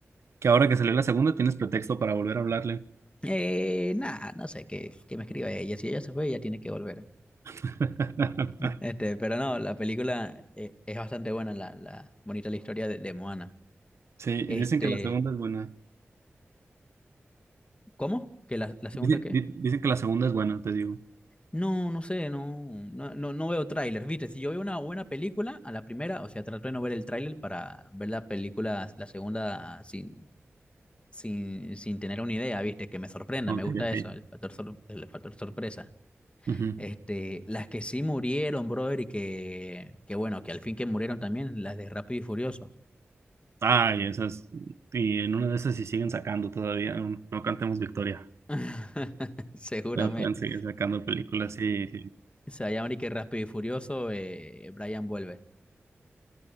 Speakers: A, on the right; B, on the left.
A: Que ahora que salió la segunda, tienes pretexto para volver a hablarle.
B: Eh, nada, no sé, que, que me escriba ella. Si ella se fue, ella tiene que volver.
A: <laughs>
B: Este, pero no, la película eh, es bastante buena, la, la bonita la historia de, de Moana.
A: Sí, y
B: Este,
A: dicen que la segunda es buena.
B: ¿cómo? ¿Que la, la segunda
A: Dicen,
B: qué?
A: di- dicen que la segunda es buena, te digo.
B: No, no sé, no, no, no, no veo tráiler, ¿viste? Si yo veo una buena película, a la primera, o sea, trato de no ver el tráiler para ver la película, la segunda, sin, sin, sin tener una idea, ¿viste? Que me sorprenda,
A: Ok,
B: me gusta
A: ok.
B: eso, el factor, sor- el factor sorpresa.
A: Ujú.
B: Este, las que sí murieron, brother, y que, que bueno, que al fin que murieron también, las de Rápido y Furioso.
A: Ay, esas. Y en una de esas, si siguen sacando todavía, no, no cantemos victoria.
B: <laughs> Seguramente.
A: Pero pueden seguir sacando películas, sí,
B: O sea, ya ahora que Rápido y Furioso, eh, Brian vuelve.